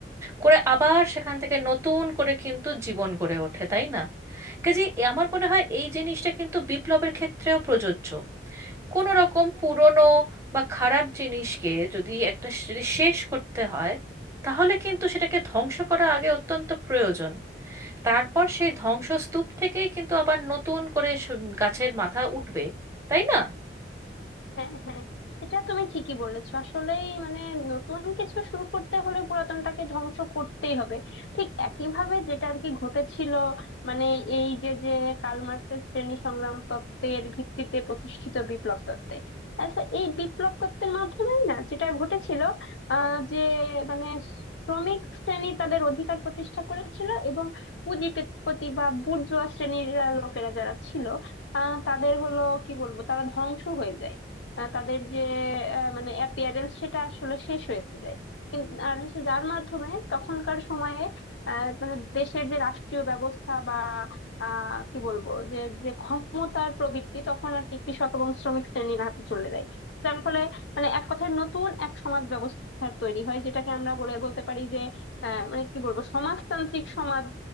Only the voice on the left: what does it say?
হ্যাঁ হ্যাঁ এটা তুমি ঠিকই বলেছো আসলেই মানে নতুন কিছু শুরু করতে হলে পুরাতনটাকে ধ্বংস করতেই হবে ঠিক একইভাবে যেটা আর কি ঘটেছিল মানে এই যে যে কার্ল মার্ক্সের শ্রেণী সংগ্রাম তত্ত্বের ভিত্তিতে প্রতিষ্ঠিত বিপ্লব তত্ত্বে আচ্ছা এই বিপ্লব তত্ত্বের মাধ্যমেই না যেটা ঘটেছিল আহ যে মানে শ্রমিক শ্রেণী তাদের অধিকার প্রতিষ্ঠা করেছিল এবং পুঁজিপতি বা বুর্জোয়া শ্রেণীর আহ, লোকেরা যারা ছিল আহ তাদের হলো কি বলবো তারা ধ্বংস হয়ে যায় আহ তাদের যে আহ, মানে অ্যাপিয়ারেন্স সেটা আসলে শেষ হয়ে যায় কিন- আর হচ্ছে যার মাধ্যমে তখনকার সময়ে আহ, মানে দেশের যে রাষ্ট্রীয় ব্যবস্থা বা আহ, কি বলবো যে যে ক্ষমতার প্রবৃত্তি তখন আর কি কৃষক এবং শ্রমিক শ্রেণীর হাতে চলে যায় যার ফলে মানে এক কথায় নতুন এক সমাজ ব্যবস্থার তৈরি হয় যেটাকে আমরা বলে বলতে পারি যে আহ, মানে কি বলবো সমাজতান্ত্রিক সমাজ